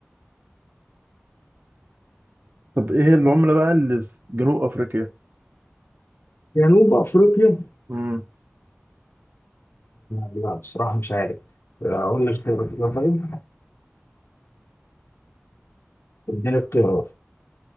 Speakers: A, on the right; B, on the left.
A: طب إيه هي العملة بقى اللي في جنوب أفريقيا؟
B: جنوب افريقيا
A: مم.
B: لا بصراحة مش عارف أقول لك اختيارات كده طيب اديني اختيارات